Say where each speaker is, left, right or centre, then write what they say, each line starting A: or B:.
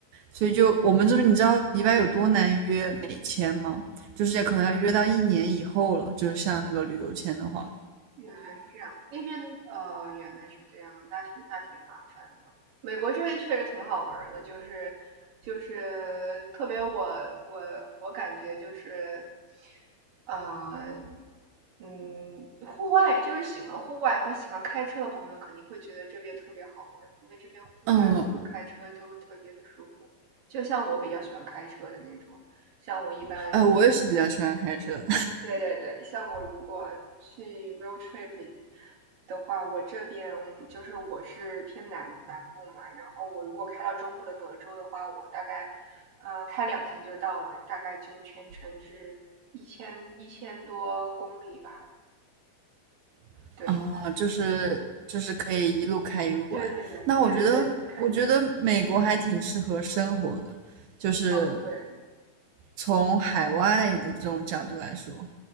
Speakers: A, on the right; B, on the right.
A: 所以就我们这边，你知道迪拜有多难约美签吗？就是可能要约到一年以后了，就是像那个旅游签的话，
B: 原来是这样，那边呃原来是这样，那挺那挺麻烦的。美国这边确实挺好玩儿的，就是就是特别我我我感觉就是，呃嗯，户外就是喜欢户外和喜欢开车的朋友肯定会觉得这边特别好玩儿，因为这边户外和开车都特别的舒服。
A: 嗯，
B: 就像我比较喜欢开车的那种，像我一般
A: 哎，我也是比较喜欢开车的，
B: 对对对，像我如果去 road trip 的话，我这边就是我是偏南南部嘛，然后我如果开到中部的德州的话，我大概呃开两天就到了，大概就全程是一千一千多公里吧。
A: <laughs>
B: 对
A: 啊，就是就是可以一路开一路玩。
B: 对对对对对对对，
A: 那我觉得，
B: 一个开一个放，
A: 我觉得美国还挺适合生活的，就是
B: 对
A: 从海外的这种角度来说，